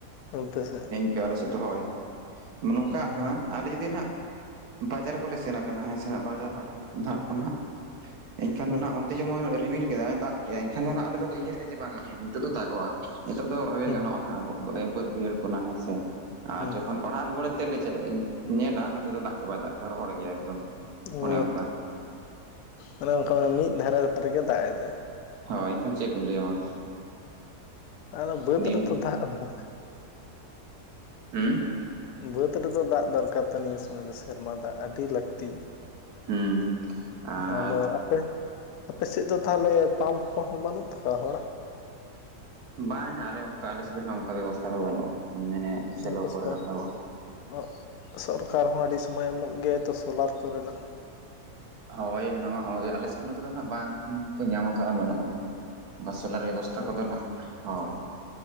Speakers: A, on the left; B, on the right.
A: ᱩᱞᱴᱟᱹ ᱥᱮᱫ᱾
B: ᱟᱞᱮ ᱥᱮᱫ ᱫᱚ ᱦᱳᱭ, ᱱᱚᱝᱠᱟᱜ
A: ᱦᱮᱸ
B: ᱠᱟᱱᱟ ᱟᱞᱮ ᱡᱩᱫᱤ ᱱᱟᱦᱟᱸᱜ ᱵᱟᱡᱟᱨ ᱠᱚᱞᱮ ᱥᱮᱱ ᱟᱠᱟᱱᱟᱸ ᱦᱮ ᱥᱮᱱᱟᱜ ᱵᱟᱡᱟᱨ ᱦᱟᱴ ᱠᱚ ᱫᱷᱟᱴ ᱠᱚ ᱱᱟᱦᱟᱸᱜ ᱤᱧ ᱠᱷᱟᱱ
A: ᱦᱩᱸ
B: ᱫᱚ ᱱᱟᱦᱟᱸᱜ ᱚᱱ ᱛᱮ ᱡᱮᱢᱚᱱ ᱨᱤᱢᱤᱞ ᱠᱮᱫᱟᱭ ᱫᱟᱜ ᱠᱮᱜ-ᱟᱭ ᱮᱱᱠᱷᱟᱱ ᱫᱚ ᱦᱟᱸᱜ ᱟᱞᱮ ᱫᱚᱞᱮ ᱩᱭᱦᱟᱹᱨᱮᱫ-ᱟ ᱡᱮ ᱵᱟᱝᱟ ᱦᱮ ᱱᱤᱛᱜ ᱫᱚ ᱫᱟᱜᱚᱜ-ᱟ᱾ ᱱᱤᱛᱚᱜ ᱫᱚ ᱨᱚᱦᱚᱭᱮ
A: ᱦᱩᱸ
B: ᱜᱟᱱᱚᱜ-ᱟ ᱦᱟᱸᱜ ᱟᱵᱚ ᱵᱚᱹᱫᱽ ᱵᱟᱹᱭᱦᱟᱹᱲ ᱠᱚ ᱱᱟᱜ ᱦᱮᱸ ᱥᱮ ᱟᱨ
A: ᱦᱩᱸ
B: ᱡᱚᱠᱷᱚᱱ ᱚᱲᱟᱜ ᱨᱩᱣᱟᱹᱲᱟᱹ ᱛᱮᱫ ᱞᱮ ᱪᱮᱫ ᱧᱮᱞᱟ ᱱᱚᱛᱮ ᱫᱚ ᱫᱟᱜ ᱜᱮ ᱵᱟᱭ ᱫᱟᱜ ᱠᱟᱜ-ᱟ ᱨᱚᱦᱚᱲ ᱜᱮᱭᱟ ᱮᱠᱫᱚᱢ᱾
A: ᱚ,
B: ᱚᱱᱮ ᱚᱱᱠᱟ
A: ᱚᱱᱮ ᱚᱱᱠᱟ ᱢᱤᱫ ᱫᱷᱟᱨᱮᱛ ᱨᱮ ᱜᱮ ᱫᱟᱜ ᱮᱫᱟᱭ᱾
B: ᱦᱳᱭ ᱮᱱᱠᱷᱟᱱ ᱪᱮᱫ ᱵᱤᱱ ᱞᱟᱹᱭᱟ ᱢᱟ᱾
A: <unintelligible> ᱵᱟᱹᱫᱽ
B: ᱫᱤᱱ
A: ᱨᱮᱛᱚ ᱫᱟᱜ ᱫᱚ᱾
B: ᱦᱩᱸ?
A: ᱵᱟᱹᱫᱽ ᱨᱮᱫᱚ ᱫᱟᱜ ᱫᱚᱨᱠᱟᱨ ᱛᱚ ᱱᱤᱭᱟᱹ ᱥᱚᱢᱚᱭ ᱫᱚ ᱥᱮᱨᱢᱟ ᱫᱟᱜ ᱟᱹᱰᱤ ᱞᱟᱹᱠᱛᱤ᱾
B: ᱦᱩᱸ ᱟᱨ
A: ᱟᱫᱚ ᱟᱯᱮ? ᱟᱯᱮ ᱥᱮᱫ ᱫᱚ ᱛᱟᱦᱚᱸᱞᱮ ᱯᱟᱢᱯ ᱠᱚᱦᱚᱸ ᱵᱟᱹᱱᱩᱜ ᱛᱟᱠᱚᱣᱟ ᱦᱚᱲᱟᱜ?
B: ᱵᱟᱝᱟ ᱟᱞᱮ ᱚᱱᱠᱟ ᱟᱞᱮ ᱥᱮᱫ ᱚᱱᱠᱟ ᱵᱮᱵᱚᱥᱛᱷᱟ ᱫᱚ ᱵᱟᱱᱩᱜ-ᱟ ᱢᱟᱱᱮ
A: <unintelligible>
B: ᱥᱮᱞᱚ ᱠᱚᱨᱮᱱᱟᱜ ᱵᱮᱵᱚᱥᱛᱷᱟ
A: ᱚ ᱥᱚᱨᱠᱟᱨ ᱦᱚᱸ ᱟᱹᱰᱤ ᱥᱚᱢᱚᱭ ᱮᱢᱚᱜ ᱜᱮᱭᱟᱭ ᱛᱚ ᱥᱳᱞᱟᱨ ᱠᱚᱨᱮᱱᱟᱜ᱾
B: ᱦᱳᱭ ᱚᱱᱟᱢᱟ ᱦᱚᱸ ᱜᱮ ᱟᱞᱮ ᱥᱮᱫ ᱱᱚᱛᱮ ᱫᱚ ᱱᱟᱦᱟᱸᱜ ᱵᱟᱝ ᱠᱚ ᱧᱟᱢ ᱠᱟᱜ-ᱟ ᱵᱟᱹᱱᱩᱜ-ᱟ᱾ ᱵᱟ ᱥᱚᱞᱟᱨ ᱵᱮᱵᱚᱥᱛᱷᱟ
A: ᱦᱩᱸ
B: ᱠᱚᱫᱚ ᱱᱟᱜ ᱦᱳᱭ